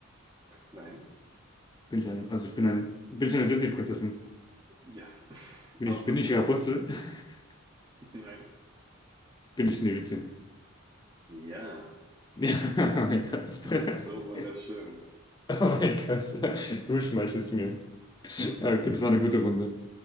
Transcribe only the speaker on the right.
nein.
Ja, <laughs>
auch
nein.
Ja,
du
bist so wunderschön.
<laughs>